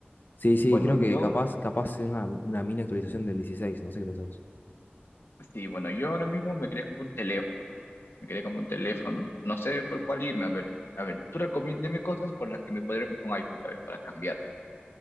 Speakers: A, on the left; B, on the left.
A: Sí, sí,
B: Bueno,
A: creo que
B: yo
A: capaz, capaz es una, una mini actualización del 16. no sé qué pensás.
B: Sí, bueno, yo ahora mismo me quería comprar un teléfono. Me quería comprar un teléfono. No sé por cuál irme. A ver, a ver, tú recomiéndeme cosas por las que me podría comprar un iPhone, tal vez, para cambiarme,